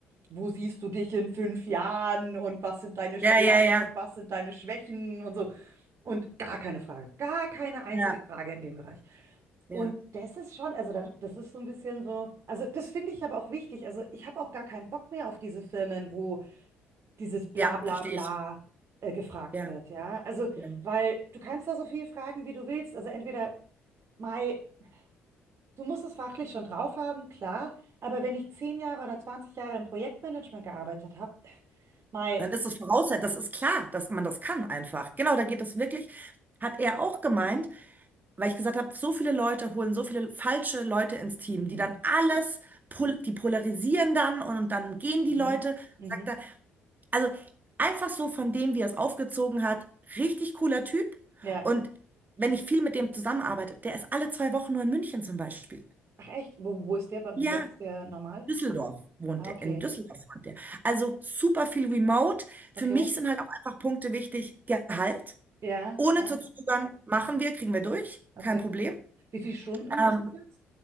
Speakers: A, on the right; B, on the right.
A: wo siehst du dich in fünf Jahren und was sind deine
B: ja,
A: Stärken
B: ja, ja,
A: und was sind deine Schwächen und so. Und gar keine Frage, gar keine einzige
B: ja,
A: Frage in dem Bereich. Und
B: ja,
A: das ist schon, also da- das ist so ein bisschen so, also das finde ich aber auch wichtig. Also ich habe auch gar keinen Bock mehr auf diese Firmen, wo dieses Bla
B: ja,
A: bla
B: verstehe
A: bla
B: ich.
A: äh, gefragt
B: Ja,
A: wird, ja. Also,
B: ja.
A: weil du kannst da so viel fragen, wie du willst. Also entweder. Mai, Du musst es fachlich schon drauf haben, klar, aber wenn ich zehn Jahre oder 20 Jahre im Projektmanagement gearbeitet habe, mei,
B: Dann ist es Voraussetzung, das ist klar, dass man das kann einfach. Genau, da geht es wirklich, hat er auch gemeint, weil ich gesagt habe, so viele Leute holen so viele falsche Leute ins Team,
A: mhm,
B: die dann alles, pol die polarisieren dann und und dann gehen
A: mhm,
B: die Leute,
A: mhm,
B: sagt er. Also einfach so von dem, wie er es aufgezogen hat, richtig cooler Typ.
A: ja,
B: Und wenn ich viel mit dem zusammenarbeite, der ist alle zwei Wochen nur in München zum Beispiel.
A: ach echt, wo, wo ist der, bei-
B: Ja,
A: wo bei- ist der normal?
B: Düsseldorf wohnt
A: Ah,
B: er,
A: okay,
B: in Düsseldorf wohnt er. Also super viel Remote. Für
A: okay,
B: mich sind halt auch einfach Punkte wichtig. Gehalt,
A: ja,
B: ohne
A: ja,
B: zu zögern, machen wir, kriegen wir durch,
A: okay.
B: kein Problem.
A: Wie viele Stunden
B: Ähm,
A: ist es jetzt?